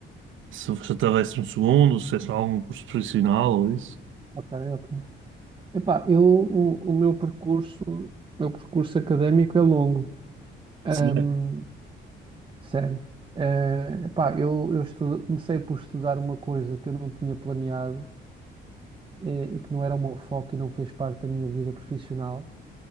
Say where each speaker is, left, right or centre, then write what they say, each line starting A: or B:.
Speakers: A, on the right (about 80°); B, on the right (about 25°).
A: se estavesse um segundo, se fizeste algum curso profissional ou isso?
B: Ok, ok. Epá, eu, o, o meu percurso, o meu percurso académico é longo, Ahm,
A: Sim.
B: sério. Eh, epá, eu, eu estu- comecei por estudar uma coisa que eu não tinha planeado, eh, e que não era o meu foco e não fez parte da minha vida profissional,